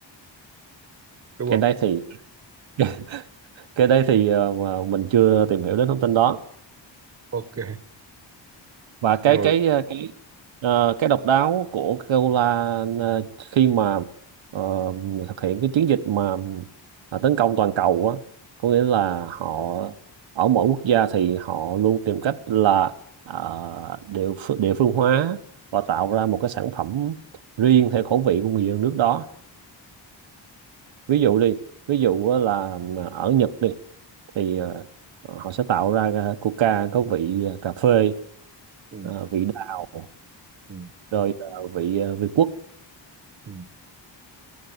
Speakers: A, on the right; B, on the right.
A: đúng
B: cái
A: không
B: đây thì <laughs> cái đây thì ờ, mà mình chưa tìm hiểu đến thông tin đó
A: ok
B: và cái
A: rồi
B: cái ờ, cái ờ, cái độc đáo của Coca-Cola ờ, khi mà ờ, thực hiện cái chiến dịch mà ờ, tấn công toàn cầu á có nghĩa là họ ở mỗi quốc gia thì họ luôn tìm cách là ờ, địa ph- địa phương hóa và tạo ra một cái sản phẩm riêng theo khẩu vị của người dân nước đó ví dụ đi ví dụ á là ờ, ở Nhật đi thì ờ, họ sẽ tạo ra ờ, Coca có vị ờ, cà phê
A: ừ,
B: ờ, vị đào
A: ừ,
B: rồi ờ, vị ờ, Việt Quốc
A: ừ,